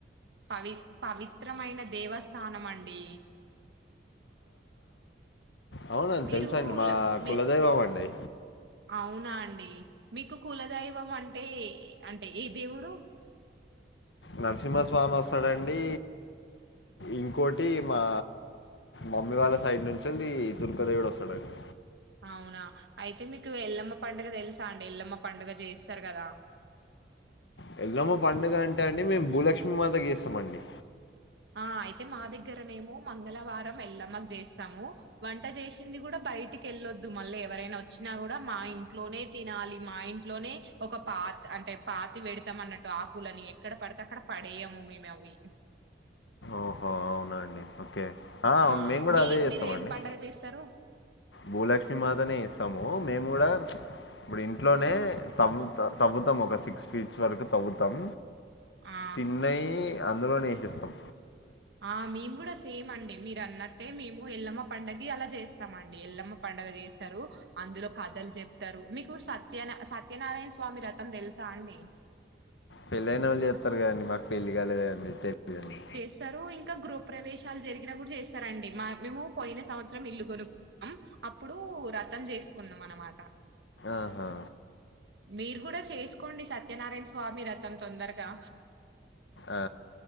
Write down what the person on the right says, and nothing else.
పవి పవిత్రమైన దేవస్థానం అండి
మీరు
ల- మీ
అవునా అండి మీకు కులదైవం అంటే అంటే ఏ దేవుడు
అవునా అయితే మీకు ఎల్లమ్మ పండుగ తెలుసా అండి ఎల్లమ్మ పండుగ చేస్తారు కదా
ఆ అయితే మా దగ్గరనేమో మంగళవారం వెళ్ళమ్మకు చేస్తాము వంట చేసింది కూడా బయటికి వెళ్ళొద్దు మళ్ళీ ఎవరైనా వచ్చినా కూడా మా ఇంట్లోనే తినాలి మా ఇంట్లోనే ఒక పాత్ అంటే పాతి పెడతాం అన్నట్టు ఆకులని ఎక్కడ పడితే అక్కడ పడేయము మేము అవి
ఆ
మీ
మీరు ఏం పడుగ చేస్తారు
ఆ
ఆ మేము కూడా సేమ్ అండి మీరు అన్న అంటే మేము ఎల్లమ్మ పండగ కిఅలా చేస్తామ అండి ఎల్లమ్మ పండగ చేస్తారు అందులో కథలు చెప్తారు మీకు సత్య సత్యనారాయణ స్వామి వ్రతంతెలుసా అండి
చెస్తారు. ఇంకా గ్రూప్ ప్రవేశాలు జరిగిన కూడా చేస్తారండి మా మేము పోయిన సంవత్సరం ఇల్లు కొనుకుంన్నాం అప్పుడు వ్రతంచేసుకున్నాం అనమాట
మీరు కూడా చేసుకోండి సత్యనారాయణ స్వామి వ్రతం తొందరగా